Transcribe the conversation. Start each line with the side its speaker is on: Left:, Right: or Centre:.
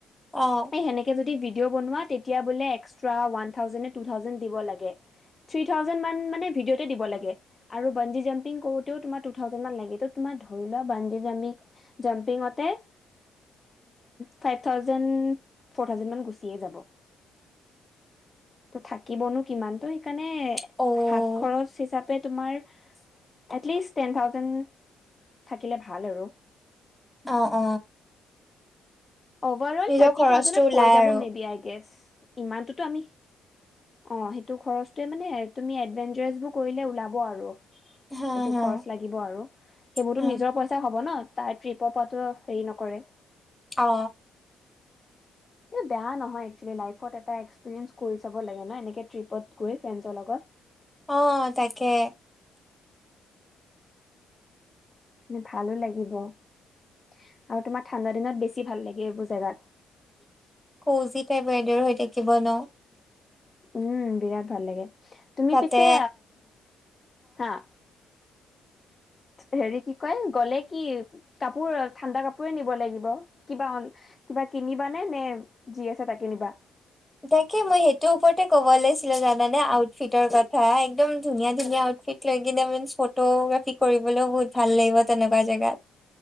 Centre: অ',
Left: এই সেনেকে যদি। ভিদেঅঁ বনুৱা তেতিয়া বোলে এক্সট্ৰা উৱান থাওজেণ্ডনে টোৱ থাওজেণ্ড দিব লাগে। থ্ৰী থাউজে মান মানে ভিডিঅ দ লাগে আৰু বনি জাম্পিং কৰো তেও ট থাউজেন মান লাগে। ধৰি ল বঞ্জি জামি জাম্পিংতে। ফাইভ থাউজেণ্ড ফ'ৰ থাউজেণ্ড মান গুচিয়ে যাব। ত থাকিবনো কিমানতো। মানে
Centre: অ',
Left: হাত খৰচ হিচাপে তোমাৰ এটলিষ্ট। টেন থাউজেণ্ড থাকিলে ভাল আৰু।
Centre: অ অ।
Left: অভাৰ অল
Centre: নিজৰ
Left: থাৰ্টি
Centre: খৰচটো
Left: থাউজেডত
Centre: ওলাই
Left: হৈ যাব
Centre: আৰু।
Left: মে বি আই গেছ ইমানটোতো আমি। অ সেইটো খৰচটোৱে মানে তুমি এভেঞ্জাসবোৰ কৰিলে ওলাব আৰু। সেইটো
Centre: হা, হা,
Left: খৰচ লাগিব আৰু সেইবোৰতো
Centre: হা,
Left: নিজৰ পইচা হব ন। তাই ট্ৰিপৰ পৰাতো হেৰি নকৰে।
Centre: অ।
Left: এ বেয়া নহয় এক্চুৱেলি লাইফত এটা এক্সপিৰিয়েঞ্চ কৰি চাব লাগে ন এনেকে ট্ৰিপত গৈ ফ্ৰেণ্ডৰ লগত।
Centre: অ তাকে।
Left: ভালো লাগিব। আৰু তোমাৰ ঠাণ্ডা দিনত বেছি ভাল লাগে এইবোৰ জেগাত।
Centre: সৌজি টাইপ ৱেডাৰ হৈ থাকিব ন?
Left: উম বিৰাট ভাল লাগে তুমি
Centre: তাতে
Left: পিছে হা হেৰি কি কয় গ'লে কি কাপোৰ ঠাণ্ডা কাপোৰে নিব লাগিব। কিবা কিবা কিনিবা নে নে যি আছে তাকেই নিবা?
Centre: তাকে মই সেইটোৰ ওপৰতে ক'ব লৈছিলো জানানে? আউটফিটৰ কথা একদম ধুনীয়া ধুনীয়া আউটফিট লৈ কিনে ম ফটোগ্ৰাফি কৰিবলৈও বহুত ভাল লাগিব তেনেকুৱা জেগাত।